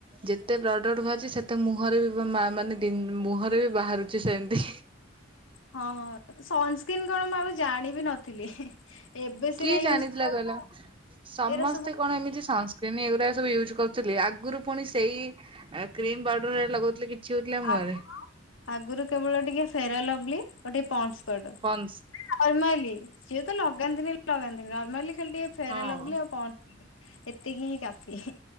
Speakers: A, on the right; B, on the left.
A: ଯେତେ ପ୍ରଡକ୍ଟ ବାହାରାରୁଛି ସେତେ ମୁହଁରେ ବି ମାନେ ମୁହଁରେ ବି ବାହାରୁଛି ସେମିତି।
B: ହଁ ସନସ୍କ୍ରିନ କଣ ମୁଁ ଆଗେ ଜାଣି ବି ନଥିଲି। ଏବେ ସିନା
A: କିଏ ଜାଣିଥିଲା
B: ୟୁଜ୍ କଲାବେଳକୁ
A: କହିଲ ସମସ୍ତେ।
B: ଏଇରା ସବୁ
A: କଣ ଏମିତି ସନସ୍କ୍ରିନ୍ ଏଗୁଡା ସବୁ ୟୁଜ କରୁଥିଲି ଆଗରୁ ପୁଣି ସେଇ। ଏ କ୍ରିମ ପାଉଡର ଏ ରା ଲଗଉ ଥିଲେ କିଛି ହଉ ଥିଲା ମୁହଁ
B: ଆଗରୁ
A: ରେ।
B: ଆଗରୁ କେବଳ ଟିକେ ଫେରା ଲଭଲି ଓ ଟିକେ ପନସ ପାଉଡର।
A: ପନଂସ।
B: ନରମାଲି ସିଏ ତ ଲଗାନ୍ତିନି ଲଗାନ୍ତିନି ନରମାଲି ଖାଲି ଟିକେ ଫେରାଲ
A: ହଁ।
B: ଲବଲି ଆଉ ପନସ ଏତିକି ହିଁ କାଫି ‌ହି।